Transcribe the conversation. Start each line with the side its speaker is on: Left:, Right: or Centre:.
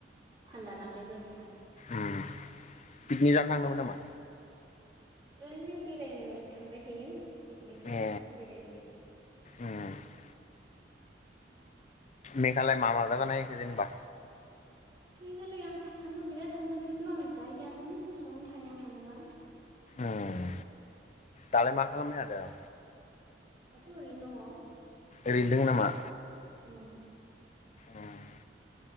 Right: थान्दा नालाय जायगाया
Left: उम पिकनि जानो थांदोंमोन नामा
Right: ओरैनो बेरायनो थांबाय थायो पिकनिक थ'
Left: ए
Right: नङा बेरायहैयो
Left: उम मेघालय मा मा जागा नायखो जेनेबा
Right: मेघालया आं थाङो बिराद थाङो खिन्थु आं जायगाखोनो गोसोआवनो थाया मानोबा
Left: उम दालाय मा खालामबाय थादो
Right: दाथ' ओरैनो दङ
Left: ओरैनो दोङो नामा
Right: उम
Left: उम